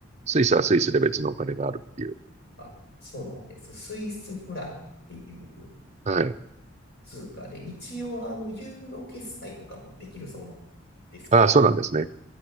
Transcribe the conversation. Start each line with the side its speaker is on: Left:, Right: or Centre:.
Right: スイスはスイスで別のお金があるっていう。
Left: あ、そうなんです。スイスフランっていう
Right: はい。
Left: 通貨で、一応、あの、ユーロ決済とかもできるそうなんですけど、
Right: ああ、そうなんですね。